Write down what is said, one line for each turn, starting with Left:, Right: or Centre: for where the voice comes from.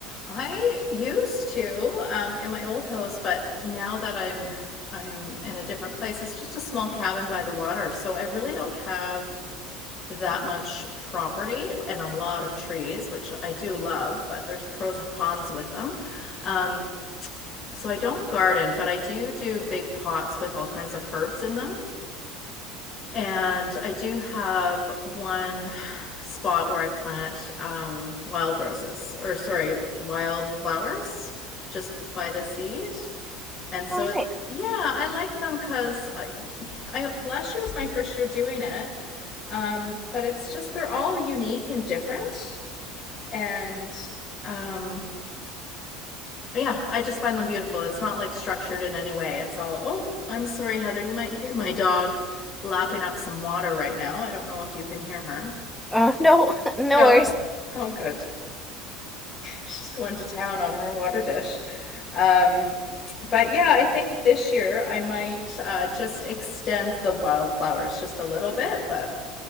Left: I used to um, in my old house, but now that I'm I'm in a different place, it's just a small cabin by the water, so I really don't have that much property and a lot of trees, which I do love, but there's pros and cons with them. Um, so I don't garden, but I do do big pots with all kinds of herbs in them. And I do have one spot where I plant um, wild roses, or sorry, wild flowers just by the seed. And so
Centre: All
Left: it's,
Centre: right.
Left: yeah, I like them because I, I, last year was my first year doing it. Um, but it's just, they're all unique and different. And um, yeah, I just find them beautiful. It's not like structured in any way. It's all, oh, I'm sorry, Heather. You might hear my dog lapping up some water right now. I don't know if you can hear her.
Centre: Uh, no, <laughs> no
Left: No.
Centre: worries.
Left: Oh, good. She's going to town on her water dish. Um, but yeah, I think this year I might uh, just extend the wildflowers just a little bit. But